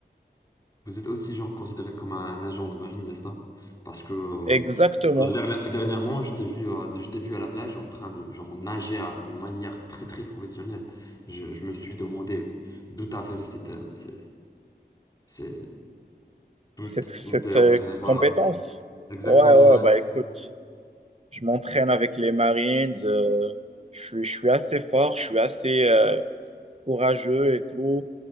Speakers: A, on the left; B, on the right.
A: Vous êtes aussi genre considéré comme un agent de marine, n'est-ce pas? Parce que euh,
B: Exactement.
A: la dernière- dernièrement, je t'ai vu, euh, je t'ai vu à la plage en train de genre nager à- d'une manière très très professionnelle. Je, je me suis demandé d'où t'avais cette, euh, c'est, c'est, d'où
B: Cette,
A: t-
B: cette
A: d'où t'es
B: euh,
A: entraîné. Voilà.
B: compétence?
A: Exactement,
B: Ouais, ouais,
A: ouais.
B: bah écoute, je m'entraîne avec les Marines, euh, je suis, je suis assez fort, je suis assez euh, courageux et tout.